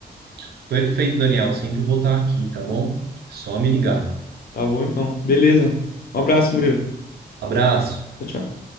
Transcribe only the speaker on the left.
Tá bom, então. Beleza. Um abraço, Murilo.
Tchau, tchau.